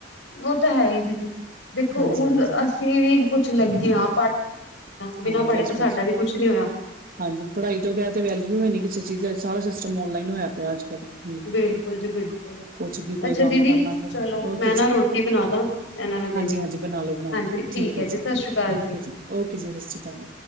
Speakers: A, on the left; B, on the right.
A: ਉਹ ਤਾਂ ਹੈ ਹੀ ਦੀਦੀ ਦੇਖੋ
B: ਹਾਂਜੀ
A: ਹੁਣ
B: ਹਾਂਜੀ
A: ਅਸੀਂ ਵੀ ਕੁੱਛ ਲੱਗਿਆ ਬਿਨਾ
B: ਹਾਂ
A: ਪੜ੍ਹੇ
B: ਬਸ
A: ਤਾਂ ਸਾਡਾ
B: ਬਸ
A: ਵੀ ਕੁਛ ਨੀ ਹੋਇਆ।
B: ਹਾਂਜੀ ਪੜ੍ਹਾਈ ਤੋਂ ਬਗੈਰ ਤੇ ਵੈਲਿਊ ਹੈ ਨੀ ਕਿਸੇ ਚੀਜ਼ ਦਾ ਸਾਰਾ ਸਿਸਟਮ ਓਨਲਾਈਨ ਹੋਇਆ ਪਿਆ ਅੱਜ ਕੱਲ ਹੂੰ।
A: ਬਿਲਕੁਲ-ਬਿਲਕੁਲ ਜੀ ਬਿਲਕੁਲ
B: ਕੁਛ ਵੀ ਕੋਈ
A: ਅੱਛਾ
B: ਕੰਮ
A: ਦੀਦੀ
B: ਕਰਨਾ ਚਾਏ,
A: ਚਲੋ
B: ਓਕੇ
A: ਮੈਂ ਨਾ
B: ਜੀ
A: ਰੋਟੀ ਬਣਾ ਦਾ ਇਹਨਾਂ ਨੂੰ ਦੇਣੀ
B: ਹਾਂਜੀ-ਹਾਂਜੀ,
A: ਆ
B: ਬਣਾਲੋ- ਬਣਾਲੋ।
A: ਹਾਂਜੀ
B: ਠੀਕ
A: ਹੈ
B: ਐ ਜੀ,
A: ਸਤਿ ਸ਼੍ਰੀ ਅਕਾਲ
B: ਓਕੇ ਜੀ ਓਕੇ ਜੀ ਸਸ ਸੀ੍ ਕਾਲ।